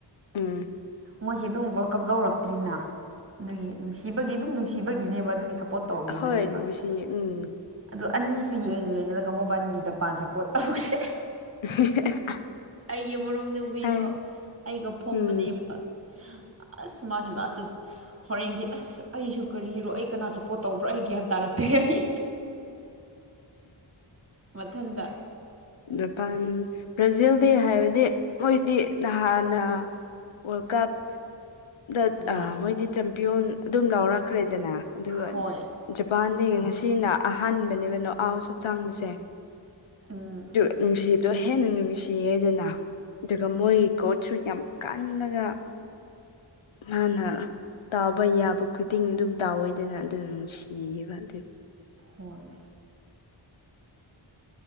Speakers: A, on the left; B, on the right.
A: ꯎꯝ
B: ꯃꯣꯏꯁꯦ ꯗꯨꯝ ꯋꯥꯔꯜꯗ ꯀꯞ ꯂꯧꯔꯛꯇ꯭ꯔꯤꯅ ꯑꯗꯨꯒꯤ ꯅꯨꯡꯁꯤꯕꯒꯤ ꯗꯨꯝ ꯅꯨꯡꯁꯤꯕꯒꯤꯅꯦꯕ ꯑꯗꯨꯒꯤ ꯁꯞ ꯄꯣꯠ ꯇꯧꯕꯤꯕꯅꯦꯕ
A: ꯍꯣꯏ ꯅꯨꯡꯁꯤ ꯎꯝ
B: ꯑꯗꯣ ꯑꯅꯤꯁꯨ ꯌꯦꯡ ꯌꯦꯡꯂꯒ ꯃꯣꯏꯕꯥꯅꯤꯁꯨ ꯖꯄꯥꯟ ꯁꯞꯄꯣꯔꯠ ꯇꯧꯌꯦ
A: <unintelligible>
B: ꯑꯩꯒꯤ ꯃꯔꯨꯞ ꯅꯨꯨꯕꯤꯗꯣ
A: ꯍꯥꯏ
B: ꯑꯩꯒ ꯐꯣꯝꯕꯅꯦꯕ
A: ꯎꯝ
B: ꯑꯁ ꯃꯥꯁꯨ ꯂꯥꯁꯇ ꯍꯣꯔꯦꯟꯗꯤ ꯑꯁ ꯑꯩꯁꯨ ꯀꯔꯤꯔꯣ ꯑꯩ ꯀꯅꯥ ꯁꯞꯄꯣꯔꯠ ꯇꯧꯕ꯭ꯔꯥ ꯑꯩ ꯒ꯭ꯌꯥꯟ ꯇꯥꯔꯛꯇ꯭ꯔꯦ ꯑꯩ ꯃꯊꯟꯗ
A: ꯖꯄꯥꯟ ꯕ꯭ꯔꯥꯖꯤꯜꯗꯤ ꯍꯥꯏꯕꯗꯤ ꯃꯣꯏꯗꯤ ꯅꯍꯥꯟꯅ ꯋꯥꯔꯜꯗ ꯀꯞ ꯗ
B: ꯍꯣꯏ
A: ꯑꯥ ꯃꯣꯏꯗꯤ ꯆꯝꯄꯤꯌꯣꯟ ꯑꯗꯨꯝ ꯂꯧꯔꯛꯈ꯭ꯔꯦꯗꯅ ꯑꯗꯨꯢ ꯋꯥꯅꯤ
B: ꯍꯣꯏ
A: ꯖꯄꯥꯟꯗꯤ ꯉꯁꯤꯅ ꯑꯍꯥꯟꯕꯅꯦꯕ ꯅꯣꯑꯥꯎꯁꯨ ꯆꯪꯕꯁꯦ
B: ꯎꯝ
A: ꯗꯨ ꯅꯨꯡꯁꯤꯕꯗꯣ ꯍꯦꯟꯅ ꯅꯨꯡꯁꯤꯌꯦꯗꯅ ꯑꯗꯨꯒ ꯃꯣꯏꯒꯤ ꯀꯣ ꯁꯨ ꯌꯥꯝ ꯀꯟꯂꯒ ꯃꯥꯅ ꯇꯥꯕ ꯌꯥꯕ ꯈꯨꯗꯤꯡ ꯗꯨꯝ ꯇꯥꯎꯏꯗꯅ ꯑꯗꯨꯗꯨꯅ ꯅꯨꯡꯁꯤꯌꯦꯕ ꯑꯗꯨꯒꯤ
B: ꯍꯣꯏ